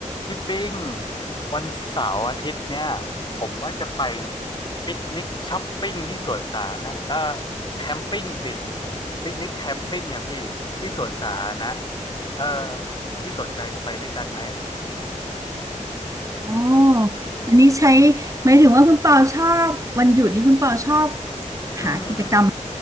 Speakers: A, on the left; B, on the right.
A: พี่ปิ้งวันเสาร์อาทิตย์เนี่ยผมว่าจะไปปิกนิกช้อปปิ้งที่สวนสาธารณะเออแคมปิ้งสิปิกนิกแคมปิ้งอ่ะพี่ที่สวนสาธารณะเออพี่สนใจจะไปด้วยกันไหม
B: อ๋ออันนี้ใช้หมายถึงว่าคุณเปาชอบวันหยุดนี่คุณเปาชอบ
A: อืม
B: หากิจกรรม